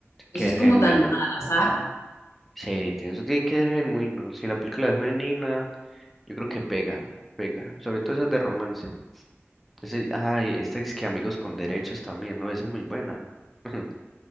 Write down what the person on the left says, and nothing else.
Eso es
como tan al azar.